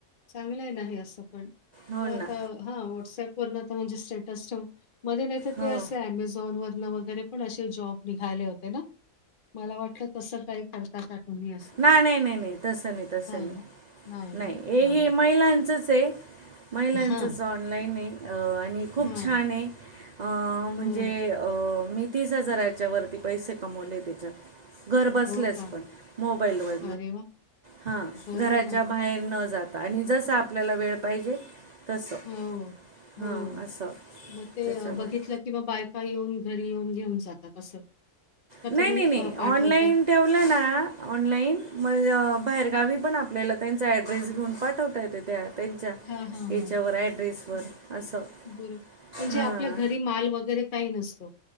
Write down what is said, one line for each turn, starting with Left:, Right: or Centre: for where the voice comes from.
Left: चांगलंय ना हे असं पण,
Right: हो
Left: पण
Right: ना
Left: आता हा व्हॉट्सअप वर म्हणजे स्टेटस ठेवून, मध्ये नाही तर
Right: हो
Left: ते असं अमेझ झोन वरण वगैरे पण असे जॉब निघाले होते ना? मला वाटल तस काही करता का तुम्ही असं.
Right: नाही नाही नाही नाही, तस नाही, तसं नाही,
Left: ना, ना.
Right: नाही
Left: हां,
Right: हे हे
Left: हां.
Right: महिलांचच आहे. महिलांचंच
Left: हां,
Right: ऑनलाईन आहे. आणि खूप
Left: हां.
Right: छान आहे. अ म्हणजे
Left: हो,
Right: अ मी तीस हजाराच्या वरती पैसे कमवले ह्याच्यात. घर बसल्या
Left: हो का?
Right: पण मोबाईलवर,
Left: अरे वाह!
Right: हा
Left: बरं
Right: घराच्या
Left: आहे ना.
Right: बा बाहेर न जाता आणि जस आपल्याला वेळ पाहिजे तसं
Left: हो हो,
Right: हां असं
Left: मग ते
Right: त्याच्यामुळे
Left: बघितलं क किंवा बायका येऊन घरी येऊन घेऊन जातात असं का
Right: नाही
Left: तुम्ही
Right: नाही नाही,
Left: अ, पाठवताय
Right: ऑनलाईन ठेवलं ना ऑनलाईन म बाहेरगावी पण आपल्याला त्यांचा ऍड्रेस घेऊन पाठवता येत. त्यांच्या,
Left: हां, हां, हां.
Right: याच्यावर ऍड्रेसवर
Left: हं,
Right: असं,
Left: बरं.
Right: हा
Left: म्हणजे आपल्या घरी माल वगैर काही नसतो.